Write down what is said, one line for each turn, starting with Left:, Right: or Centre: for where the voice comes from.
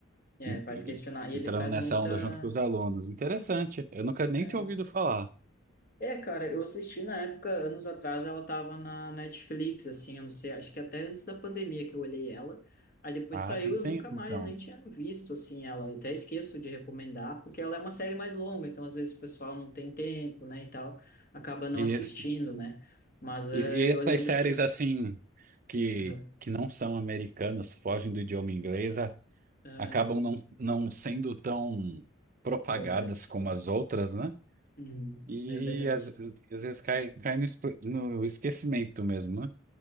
Left: é,
Right: en-
Left: faz
Right: en-
Left: questionar, e
Right: entrando
Left: ele traz
Right: nessa
Left: muita
Right: onda junto com os alunos. Interessante. Eu nunca nem
Left: é,
Right: tinha ouvido falar.
Left: É, cara, eu assisti na época, anos atrás, ela tava na Netflix, assim, eu não sei, acho que até antes da pandemia que eu olhei ela. Aí depois
Right: Ah,
Left: saiu,
Right: tem
Left: eu
Right: tempo
Left: nunca mais
Right: então.
Left: nem tinha visto, assim, ela. Eu Até esqueço de recomendar, porque ela é uma série mais longa, então às vezes o pessoal não tem tempo, né, e tal, acaba não
Right: Isso.
Left: assistindo, né? Mas eh,
Right: E, e
Left: eu
Right: essas
Left: lembro
Right: séries
Left: que.
Right: assim que,
Left: Aham,
Right: que não são americanas, fogem do idioma inglês, a-
Left: é
Right: acabam não, não sendo tão propagadas
Left: verdade.
Right: como as outras, né?
Left: Uhum,
Right: E
Left: é verdade.
Right: às, vezes às vezes cai, cai no, espe- no esquecimento mesmo, né?